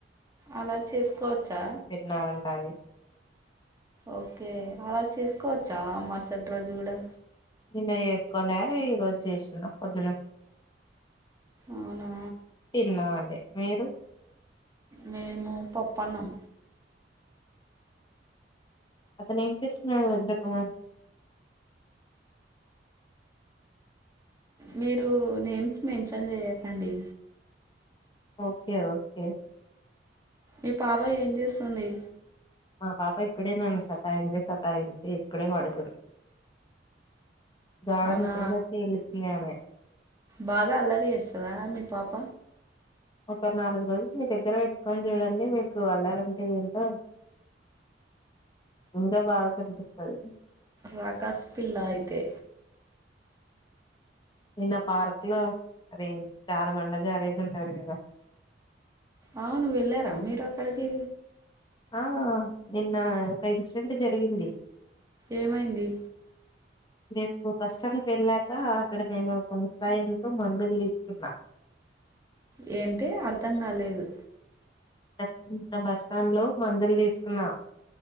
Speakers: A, on the right; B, on the left.
A: అలా చేసుకోవచ్చా
B: న్నారంట అది
A: ఓకే అలా చేసుకోవచ్చా మరుసటి రోజు కూడా
B: నిన్న చేసుకోలే ఈ రోజు చేసిన పొద్దున
A: అవునా
B: తిన్నా అదే మీరు
A: మేము పప్పనం.
B: అతను ఏం చేస్తున్నాడు వజ్ర కుమార్
A: మీరు నేమ్స్ మెన్షన్ జేయకండి.
B: ఓకే ఓకే
A: ఈ పాప ఏం జేసుంది.
B: మా పాప ఇప్పుడే నాను సతాంది సతాయించి ఇప్పుడే వాడుకున్ గడా
A: అవునా
B: నిద్రలో తెలుతుంది ఆమె
A: బాగా అల్లరి జేసదా మీ పాప
B: ఒకరు నాలుగు రోజులు మీ దగ్గర పెట్టుకొని జూడండి మీకు అల్లరి అంటే ఏంటో ఇంకా బాగా కనిపితది.
A: రాకసి పిల్లాయితే
B: నిన్న పార్క్ లో అదే జారు బండ జారేది ఉంటది గదా.
A: అవున్ వేలారా మీరు అక్కడికి
B: ఆ నిన్న ఒక ఇన్సిడెంట్ జరిగింది.
A: ఏమైంది.
B: నేను పు పాష్టనికి వెళ్ళాక అక్కడ నేను ఒక ముసాయంతో మందులు దీసుకున్నా.
A: యేంటి అర్థం గాలేదు.
B: డాస్ టి బస్టాండ్ లో మందులు దీసుకున్నా